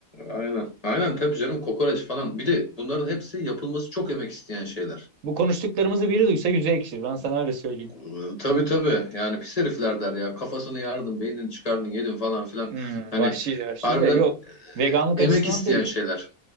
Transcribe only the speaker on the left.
aynen. Aynen tabii canım kokoreç falan. Bir de bunların hepsi yapılması çok emek isteyen şeyler.
Ee, Tabii tabii yani pis herifler der ya kafasını yardın beynini çıkardın yedin falan filan
hani
harbiden
emek
isteyen
şeyler